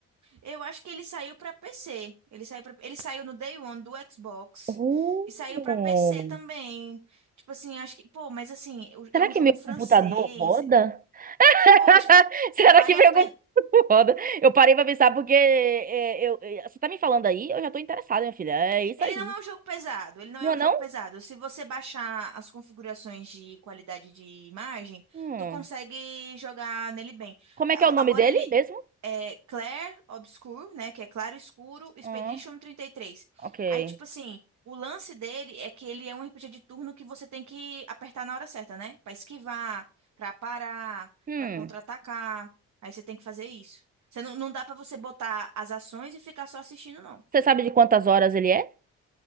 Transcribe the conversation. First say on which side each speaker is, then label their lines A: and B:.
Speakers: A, on the right; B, on the right.
A: Eu acho que ele saiu pra PC, ele saiu pra, ele saiu no Day One do Xbox
B: Uh,
A: e saiu pra PC também. Tipo assim, acho que, pô, mas assim, o-
B: será
A: é um
B: que
A: jogo
B: meu
A: francês.
B: computador roda? <laughs>
A: Pô, acho que
B: Será
A: vale
B: que meu
A: a pena
B: computador roda? Eu parei pra pensar porque é, é, eu, é, você tá me falando aí, eu já tô interessada, minha filha. É isso
A: Ele
B: aí.
A: não é um jogo pesado, ele não
B: Não
A: é
B: é
A: um
B: não?
A: jogo pesado. Se você baixar as configurações de qualidade de imagem,
B: Hum.
A: tu consegue jogar nele bem.
B: Como
A: É,
B: é que é o nome
A: Agora
B: dele
A: ele
B: mesmo?
A: é Clair Obscur, né, que é claro escuro, Expedition
B: Ah,
A: 33.
B: ok.
A: Aí tipo assim, o lance dele é que ele é um RPG de turno que você tem que apertar na hora certa, né? Pra esquivar, pra parar,
B: Hum.
A: pra contra-atacar. Aí você tem que fazer isso. Você não, não dá pra você botar as ações e ficar só assistindo, não.
B: Você sabe de quantas horas ele é?